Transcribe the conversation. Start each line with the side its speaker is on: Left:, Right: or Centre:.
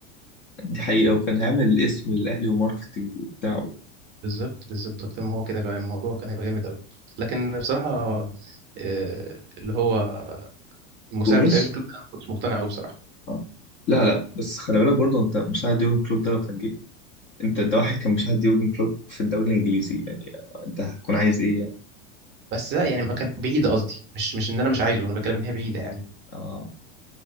Left: دي حقيقه وكان هيعمل اسم للاهلي وماركتنج وبتاع
Right: بالظبط بالظبط اكتر ما هو كده فاهم الموضوع كان هيبقى جامد قوي لكن بصراحه آه، اللي هو المساعد
Left: جوميز
Right: بتاع يورجن كلوب انا ما كنتش مقتنع قوي بصراحه
Left: آه. لا لا بس خلي بالك برضه انت مساعد يورجن كلوب ده لو كان جه انت ده واحد كان مساعد يورجن كلوب في الدوري الانجليزي يعني آه، انت هتكون عايز ايه يعني
Right: بس لا يعني ما كانت بعيدة قصدي مش مش ان انا مش عايزه انا بتكلم ان هي بعيدة يعني
Left: اه